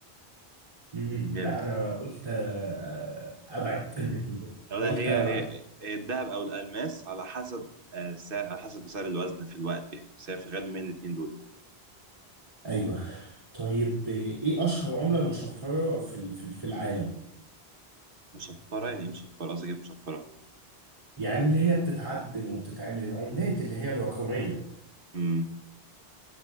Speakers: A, on the right (about 30°); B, on the right (about 60°).
A: امم
B: جامد
A: لا انا قلت آه، ابعد <laughs>
B: أو لا
A: قلت
B: هي
A: ابعد
B: هي هي الدهب او الالماس على حسب آه، سعر على حسب سعر الوزن في الوقت يعني بس هي في الغالب من الاثنين دول
A: ايوه طيب ايه اشهر عمله مشفره في ال- في ال- في العالم
B: مصفرة يعني ايه مصفرة قصدي إيه مصفرة
A: يعني اللي هي بتتعدن وبتتعمل العملات اللي هي الرقميه
B: امم